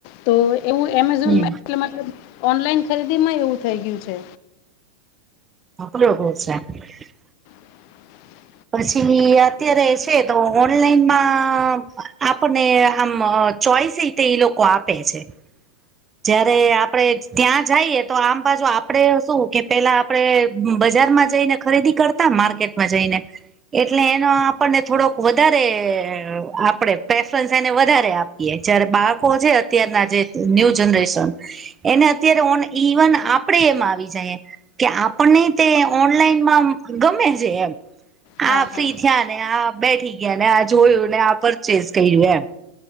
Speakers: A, on the left; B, on the right.
A: તો એવું એમેઝોનમાં
B: હમ
A: એટલે મતલબ ઓનલાઈન ખરીદીમાંય એવું થઈ ગયું છે.
B: <unintelligible>
A: <inaudible>
B: પછી અત્યારે છે તો ઓનલાઈનમાં આપને આમ ચોઈસય તે ઈ લોકો આપે છે. જયારે આપડે ત્યાં જઈએ તો આમ બાજુ આપડે શું કે પેલા આપડે બજારમાં જઈ ને ખરીદી કરતા માર્કેટમાં જઈને એટલે એનો આપણને થોડોક વધારે આપડે પ્રેફન્સ એને વધારે આપ પીએ જયારે બાળકો છે અત્યારના જે ન્યુ જનરેશન એને અત્યારે ઓન ઇવન આપડેય એમા આવી જાયે કે આપણને તે ઓનલાઈનમાં આમ‌ ગમે છે એમ
A: હા
B: આ
A: હા
B: ફ્રી થયાન આ બેઠી ગયા ને આ જોયું ને આ પરચેસ કર્યું એમ